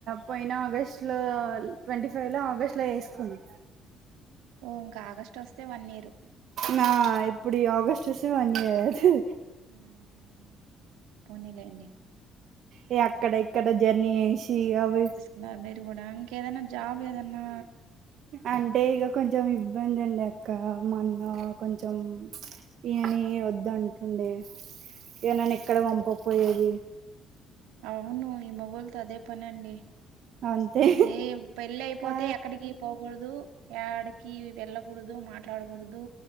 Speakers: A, on the right; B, on the right.
A: పోయిన ఆగస్టు లో ట్వంటీ ఫైవ్ లో ఆగస్టు లో జేసుకున్నా
B: ఓ ఇంకా ఆగస్ట్ ఒస్తే వన్ ఇయరు
A: నా ఇప్పుడి ఆగస్ట్ వస్తే వన్ ఇయర్ అయితది
B: ఉమ్ హ్ పోనీలేండి
A: ఇగ అక్కడ ఇక్కడ జర్నీ జేసి అవయ్
B: న్నర్ మీరు గుడా ఇంకేదన్నా జాబ్ ఏదన్నా
A: అంటే ఇగ కొంచెం ఇబ్బంది ఉండే అక్కా మొన్న కొంచెం ఈననీ వద్ధంటుండే ఇగ నన్ ఎక్కడ పంపక్ పోయేది
B: అవును ఈ మొగోల్తో అదే పని అండి
A: అంతే
B: అదే పెళ్లయిపోతే
A: ఆ
B: ఎక్కడికి పోకూడదు యాడికి వెళ్ళకూడదు మాట్లాడకూడదు